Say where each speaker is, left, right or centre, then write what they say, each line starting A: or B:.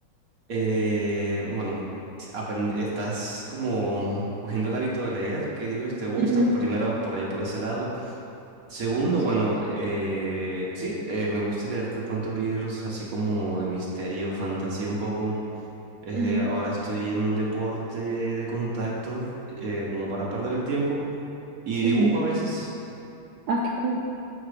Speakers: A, on the right; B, on the right.
A: Eh, bueno, s- aprend- estás como cogiendo el hábito de leer, ¿qué libros te gusta?
B: Ujú,
A: Primero, por ahí, por ese lado. Segundo,
B: Sí.
A: bueno, eh, sí, eh, me gusta leer de pronto libros así como de misterio, fantasía un poco. Eh,
B: Ujú,
A: ahora estoy en un deporte de contacto, eh, como para perder el tiempo. Y
B: ujú.
A: dibujo a veces.
B: Ah, qué cool.